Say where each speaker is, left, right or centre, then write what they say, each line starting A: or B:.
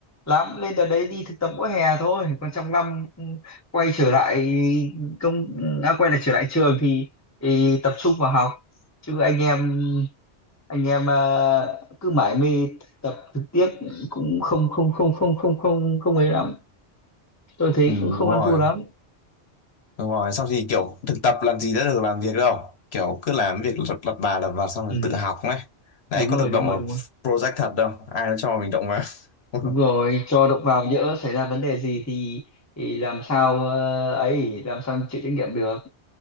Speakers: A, on the left (about 15°); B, on the left (about 65°).
A: lắm lên đợt đấy đi thực tập mỗi hè thôi còn trong năm ừ, quay trở lại công à, quay lại trở lại trường thì, thì tập trung vào học chứ anh em anh em ờ, cứ mải mê tập thực tiếc cũng không không không không không không không ấy lắm tôi thấy
B: Ừ,
A: cũng không
B: đúng rồi
A: ăn thua lắm
B: Đúng rồi, xong thì kiểu thực tập làm gì đã được làm việc đâu. Kiểu cứ làm việc lật lặt bà lặt vặt xong rồi
A: ừ,
B: tự học ấy. Đấy,
A: đúng
B: có
A: rồi
B: được động
A: đúng rồi
B: vào
A: đúng rồi
B: project thật đâu. Ai nó cho mình động vào. <laughs>
A: đúng rồi cho động vào nhỡ xảy ra vấn đề gì thì, thì làm sao ờ, ấy làm sao chịu trách nhiệm được